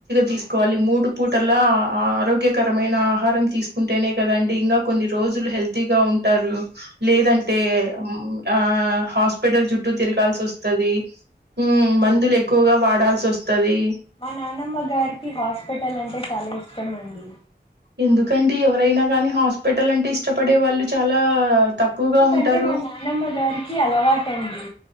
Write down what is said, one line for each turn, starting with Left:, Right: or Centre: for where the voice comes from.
Right: తీసుకోవాలి మూడు పూటల ఆరోగ్యకరమైన ఆహారం తీసుకుంటేనే కదండి ఇంకా కొన్ని రోజులు హెల్తీగా ఉంటారు లేదంటే ఆ హాస్పిటల్ చుట్టూ తి గాల్సి వస్తది ఊమ్
Left: అవునండి
Right: మందులు ఎక్కువగా వాడాల్సి వస్తది
Left: మా నానమ్మ గారికి హాస్పిటల్ అంటే చాలా ఇష్టం అండి
Right: ఎందుకండి ఎవరైనా గానీ హాస్పిటల్ అంటే ఇష్టపడే వాళ్ళు చాలా తక్కువగా
Left: ఎందుకంటే
Right: ఉంటారు
Left: మా నానమ్మ గారికి అలవాటండి